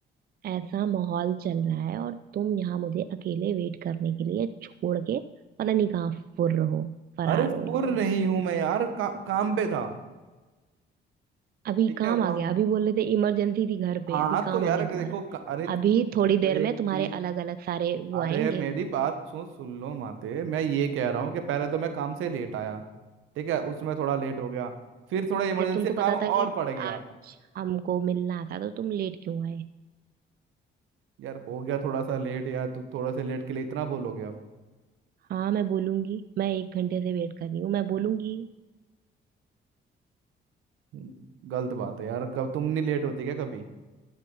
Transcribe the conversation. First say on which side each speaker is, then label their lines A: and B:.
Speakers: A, on the right; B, on the right.
A: ऐसा माहौल चल रहा है और तुम यहाँ मुझे अकेले वेट करने के लिए छोड़ के पता नहीं कहाँ फुर्र हो फरार
B: अरे फुर
A: हो एकदम
B: नहीं हूं मैं यार का, काम पे था
A: अभी
B: ठीक
A: काम
B: है वहाँ
A: आ गया अभी बोल रहे थे इमरजेंसी थी घर पे
B: हाँ
A: अभी काम
B: तो यार
A: आ गया तुम्हारा
B: देखो का- अरे
A: अभी थोड़ी
B: तो
A: देर
B: एक
A: में तुम्हारे
B: चीज
A: अलग अलग सारे वो
B: अरे
A: आएंगे
B: मेरी बात सुन सुन लो माते मैं ये कह रहा हूँ कि पहले तो मैं काम से लेट आया ठीक है उसमें थोड़ा लेट हो गया फिर थोड़ा इमरजेंसी
A: जब तुमको पता
B: काम और
A: था कि
B: पड़ गया
A: आज हमको मिलना था तो तुम लेट क्यों आए
B: यार हो गया थोड़ा सा लेट यार तू थोड़ा से लेट के लिए इतना बोलोगे आप
A: हाँ मैं बोलूंगी मैं एक घंटे से वेट कर रही हूँ मैं बोलूंगी
B: हम्म, गलत बात है यार कब तुम नहीं लेट होती क्या कभी